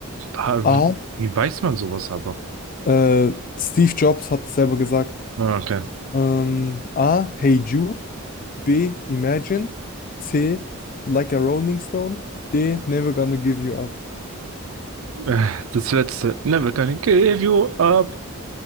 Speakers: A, on the right; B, on the left.
A: Pa-
B: A.
A: Wie, wie weiß man sowas aber?
B: Äh, Steve Jobs hat es selber gesagt.
A: Ah, Okay.
B: Ähm, A. Hey Jude. B. Imagine. C. Like a Rolling Stone. D. Never Gonna Give You Up.
A: Äh, Das letzte. Never gonna give you up.